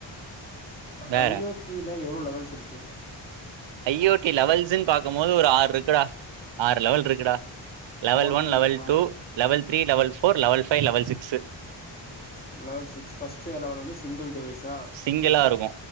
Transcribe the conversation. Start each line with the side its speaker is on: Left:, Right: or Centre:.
Right: வேற
Left: ஐ யோ டில எவ்ளோ லெவல்ஸ் இருக்கு
Right: ஐயேடி லவல்ஸ்ன் பாக்கமோது ஒரு ஆற்ருக்குடா ஆறு லவல்ருக்குடா லவல்
Left: ஒவ்வொன்னா
Right: ஒன்
Left: சொல்லு
Right: லவ்
Left: பாக்கலா
Right: two level three level four level five level six
Left: level six first level வந்து சிங்குல் டிவைஸா
Right: சிங்கிளா இருக்கு